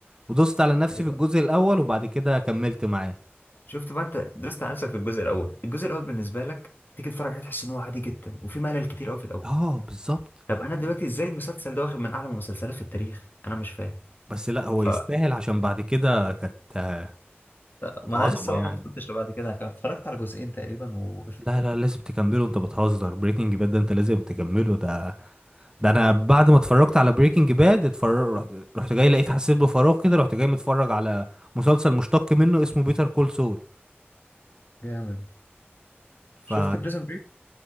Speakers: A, on the right; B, on the left.
A: ودوست على نفسي
B: أيوة
A: في الجزء الأول وبعد كده كملت معاه
B: شفت بقى انت دوست على نفسك في الجزء الاول الجزء الاول بالنسبه لك تيجي تتفرج عليه تحس ان هو عادي جدا وفي ملل كتير قوي في الاول
A: اه بالظبط
B: طب انا دلوقتي ازاي المسلسل ده واخد من اعلى المسلسلات في التاريخ انا مش فاهم
A: بس لا هو
B: ف
A: يستاهل عشان بعد كده كانت آه،
B: ما
A: كانت
B: انا
A: عظمه
B: لسه بقى
A: يعني
B: ما وصلتش لبعد كده انا اتفرجت على جزئين تقريبا ووقفت
A: لا لا لازم تكمله انت بتهزر بريكنج باد ده انت لازم تكمله ده ده انا بعد ما اتفرجت على بريكنج باد اتفرج رحت رحت جاي لقيت حسيت بفراغ كده رحت جاي متفرج على مسلسل مشتق منه اسمه بيتر كول سول
B: جامد
A: فشفت
B: شفت بريزون بريك